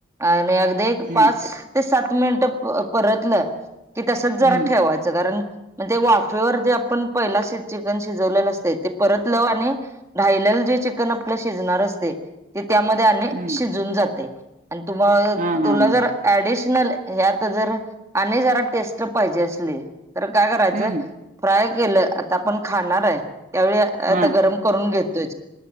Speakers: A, on the right; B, on the right.
A: आणि अगदी एक
B: हम्म
A: पाच ते सात मिनिट परतलं की तसच जरा
B: हम्म
A: ठेवायचं कारण म ते वाफेवर जे आपण पहिला शि चिकन शिजवलेलं असतय ते परत लव आणि राहिलेलं जे चिकन आपलं शिजणार असतय ते त्यामध्ये आणि
B: हम्म
A: शिजून जातेय आणि तुम अ
B: हा हा
A: तुला
B: हा
A: जर ऍडिशनल ह्यात जर आणि जरा टेस्ट पाहिजे असली तर काय करायचं
B: हम्म
A: फ्राय केलं आता आपण खाणार आहे त्यावेळी आता
B: हा
A: गरम करून घेतोय